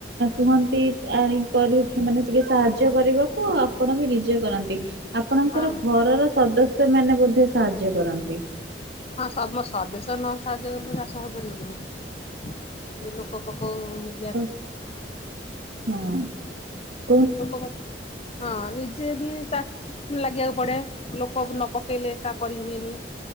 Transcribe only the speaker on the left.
ହଁ
ହଁ ସମ ସଦଶ୍ୟ ନ ସାହାଯ୍ୟ କଲେ ଚାଷ ହେଇପାରିବ କେମିତି। ବି ଲୋକ ପାଖଉ ମୁଲିଆ।
ଲୋକ ମ ହଁ ନିଜେ ବି ଚା ଲାଗିବାକୁ ପଡେ ଲୋକ ନ ପକେଇଲେ ଏକା କରି ହୁଏନି।